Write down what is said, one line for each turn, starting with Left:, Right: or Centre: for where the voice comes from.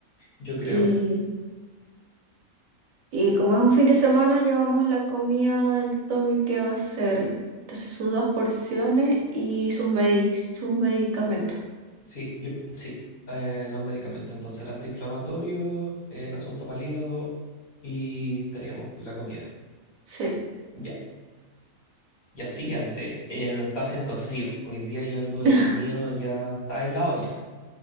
Left: yo creo.
Right: y, y como es un fin de semana llevamos la comida del Tommy que va a ser. Entonces sus dos porciones y sus medic- sus medicamentos.
Left: Sí, yo, sí. Eh, los medicamentos. Entonces, el antiinflamatorio, el asunto para el hígado y estaríamos, pues, la comida.
Right: Sí.
Left: Ya, ya, siguiente. Eh, está haciendo frío. Hoy día yo anduve
Right: <laughs>
Left: entumido, ya está helado ya.